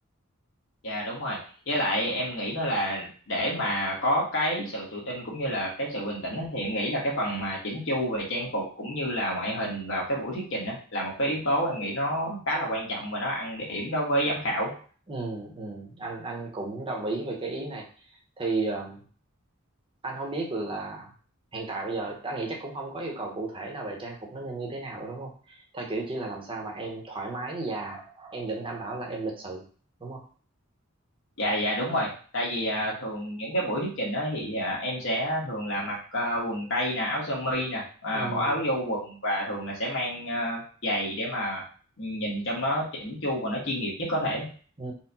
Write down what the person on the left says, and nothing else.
Dạ đúng rồi. Với lại em nghĩ nữa là để mà có cái sự tự tin cũng như là cái sự bình tĩnh á, thì em nghĩ là cái phần mà chỉnh chu về trang phục cũng như là ngoại hình vào cái buổi thuyết trình đó là một cái yếu tố em nghĩ nó khá là quan trọng và nó ăn điểm đối với giám khảo.
Dạ dạ đúng rồi. Tại vì
à, thường những cái buổi thuyết trình đó thì à, em sẽ thường là mặc à, quần tây nè, áo sơ mi nè, à,
bỏ áo vô quần và thường là sẽ mang à, giày để mà nhìn trong nó chỉnh chu và nó chuyên nghiệp nhất có thể.